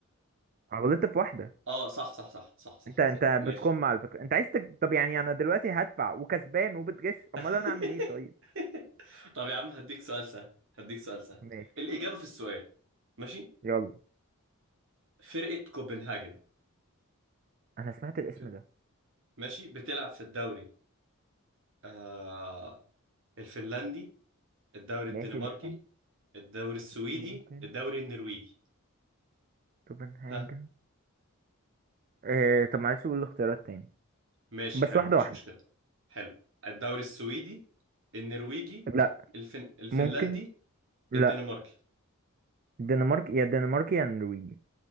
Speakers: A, on the right; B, on the right.
A: انا غلطت في واحدة
B: اه صح صح صح صح صح,
A: انت انت
B: صح. ماشي
A: بتكم على فكرة انت عايز تك... طب يعني انا دلوقتي هدفع وكسبان وبتغش
B: <laughs>
A: امال انا اعمل ايه طيب
B: طب يا عم هديك سؤال سهل هديك سؤال سهل
A: ماشي
B: الإجابة في السؤال ماشي
A: يلا
B: فرقة كوبنهاجن
A: انا سمعت الاسم
B: ف-
A: ده
B: ماشي بتلعب في الدوري آه الفنلندي الدوري
A: ماشي
B: الدنماركي
A: لا
B: الدوري السويدي
A: ممكن
B: الدوري النرويجي
A: توبنهاجن
B: ها
A: اه طب معلش قول الاختيارات تاني
B: ماشي
A: بس
B: حلو
A: واحدة
B: مفيش
A: واحدة
B: مشكلة حلو الدوري السويدي النرويجي
A: لا
B: الفن... الفنلندي
A: ممكن لا
B: الدنماركي
A: الدنمارك يا الدنمارك يا النرويج